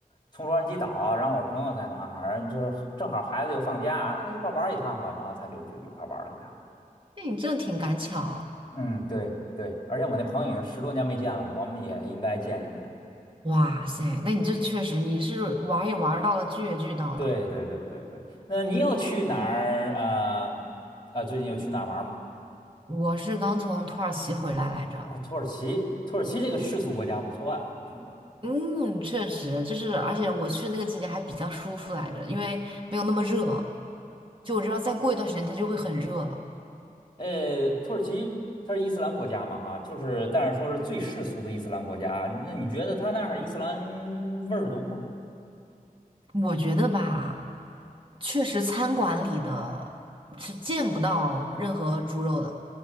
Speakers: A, on the left; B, on the right.
A: 从洛杉矶岛，然后我朋友在那儿，就正好孩子又放假，那一块儿玩儿一趟吧，然后他就就一块儿玩儿了一趟。
B: 那你这挺赶巧。
A: 嗯，对对，而且我那朋友已经十多年没见了，我们也应该见一面。
B: 哇塞，那你这确实你是玩儿也玩儿到了，剧也剧到了。
A: 对对对对对，那你有去哪儿？呃，呃，最近有去哪儿玩儿吗？
B: 我是刚从土耳其回来来着，
A: 哦，土耳其，土耳其这个世俗国家不错啊，听说。
B: 嗯，确实就是，而且我去那个季节还比较舒服来着，因为没有那么热。就我知道再过一段时间它就会很热了。
A: 呃，土耳其它是伊斯兰国家嘛，哈，就是但是说是最世俗的伊斯兰国家。那你觉得它那儿伊斯兰味儿浓吗？
B: 我觉得吧，确实餐馆里的是见不到任何猪肉的，